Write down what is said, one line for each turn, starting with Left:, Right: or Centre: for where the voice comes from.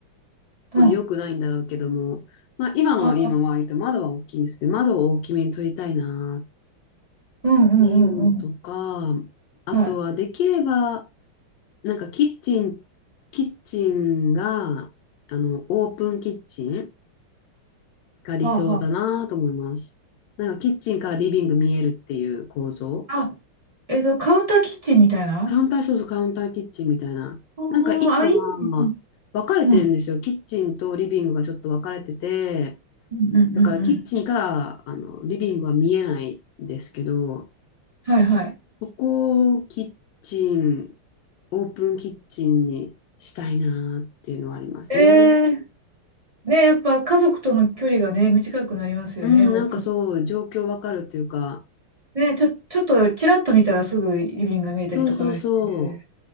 Right: あ、
Left: まあ、良くないんだろうけども、まあ、今の家の周りと窓は大きいんですけど、
Right: あ、
Left: 窓を大きめに取りたいなっ
Right: うんうんうんうん。
Left: ていうのとか、あとはできれば、
Right: はい。
Left: なんかキッチン、キッチンが、あの、オープンキッチンが理想だなと思います。
Right: はあはあ
Left: なんかキッチンからリビング見えるっていう構造。
Right: あ、えっと、カウンターキッチンみたいな
Left: カウンター、そうそう、カウンターキッチンみたいな。
Right: あー、
Left: なんか今は分かれてるんですよ。
Right: あ、いいですね。うん。
Left: キッチンとリビングがちょっと分かれてて、
Right: うんうんうんうん。
Left: だからキッチンからあのリビングは見えないんですけど、
Right: はいはい。
Left: ここをキッチン、オープンキッチンにしたいなっていうのはありますね。
Right: ええね、やっぱ家族との距離がね、短くなりますよね、
Left: うん、
Right: オープン。
Left: なんかそう、状況分かるというか、
Right: ね、ちょ、ちょっとちらっと見たらすぐリビングが見えたりとかして。
Left: そうそうそう。